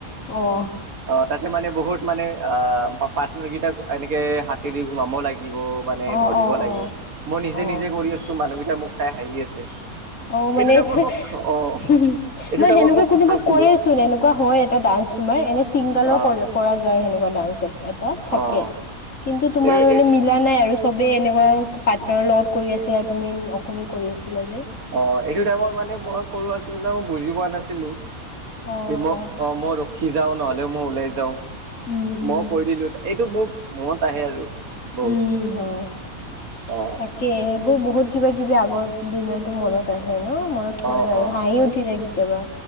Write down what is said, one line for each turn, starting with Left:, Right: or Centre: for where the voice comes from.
Left: অঁ
Right: অহ তাতে মানে বহুত মানে অহ পাৰ্টনাৰ কেইটাক এনেকে হাতে দি সোমাব লাগে লাগিব মানে
Left: অঁ
Right: ধৰিব
Left: অঁ
Right: লাগে
Left: অঁ
Right: মই নিজে
Left: অঁ
Right: নিজে কৰি আছো মানুহকেইটা মোক চাই হাঁহি আছে
Left: অহ মানে
Right: এইটো টাইমত
Left: হু
Right: মোক অ'
Left: ফেহু
Right: এইটো
Left: মই
Right: টাইমত
Left: সেনেকুৱা
Right: মোক
Left: কোনোবা
Right: হৈছিলো
Left: কৰেচোন এনেকুৱা হয় এটা ডান্স তোমাৰ এনে ছিংগলৰ
Right: অ'
Left: কৰা যায় সেনেকুৱা ডান্সব থাকে
Right: অ'
Left: কিন্তু তোমাৰ
Right: এই
Left: মানে
Right: এই
Left: মিলা নাই আৰু চবেই এনেকুৱা তেনেকুৱা পাৰ্টনাৰৰ লগত কৰি আছিলা আৰু তুমি অকলে কৰি আছিলা যে
Right: অহ এইটো টাইমত মানে মই সৰু আছিলো ন মই বুজি পোৱা নাছিলো
Left: অঁ
Right: মই
Left: অঁ
Right: অহ মই ৰখি যাওঁ নহ'লে তেওঁ মই উওলাই যাওঁ
Left: উম উম
Right: মই কৈ দিলো এইটো মোক মনত আহে আৰু বহুত
Left: উম হয়
Right: অ
Left: তাকে তোৰ বহুত কিবা কিবি আগৰ দিনতো মনত আহে ন মনত পৰে
Right: অ
Left: আৰু
Right: অ
Left: হাঁহি উঠি যায় কেতিয়াবা